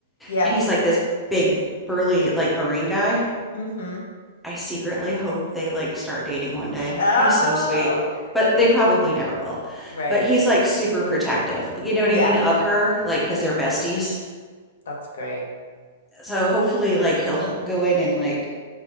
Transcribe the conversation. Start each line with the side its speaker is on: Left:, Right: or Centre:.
Left: Yeah.
Centre: and he's like this big, burly, like Marine guy.
Left: Mm-hmm.
Centre: I secretly hope they like start dating one day.
Left: Oh,
Centre: He's so sweet, but they probably never will.
Left: right.
Centre: But he's like super protective. You know what
Left: Yeah,
Centre: I mean of her, like because they're besties.
Left: that's great.
Centre: So hopefully, like he'll h- go in and like